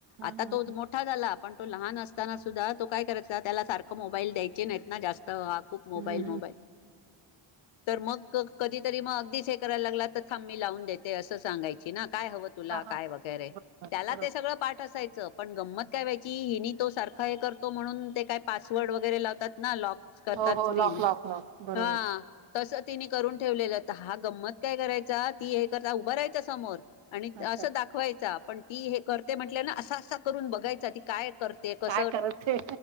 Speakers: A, on the left (about 80°); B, on the right (about 70°).
A: आता
B: हा हा.
A: तो मोठा झाला. पण तो लहान असताना सुद्धा तो काय करायचा त्याला सारखं मोबाईल द्यायचे नाहीत ना जास्त हा खूप मोबाईल
B: हम्म हम्म
A: मोबाईल तर मग कधीतरी म अगदीच हे करायला लागला तर थांबमी लावून देते असं सांगायची ना काय हवं तुला
B: हा हा
A: काय वगैरे
B: बरोबर
A: त्याला
B: बरोबर
A: ते सगळं पाठ असायचं पण गंमत काय व्हायची हिनी तो सारखा हे करतो म्हणून ते काय पासवर्ड वगैरे लावतात ना लॉक करतात
B: हो हो
A: स्क्रीन
B: लॉक लॉक लॉक बरोबर
A: हा तस तिने करून ठेवलेलं, त हा गंमत काय करायचा ती हे करता उभार रायचा समोर आणि
B: अच्छा
A: असं दाखवायचा पण ती हे करते म्हंटल्या न असा असा करून बघायचा ती काय करते कस
B: काय करते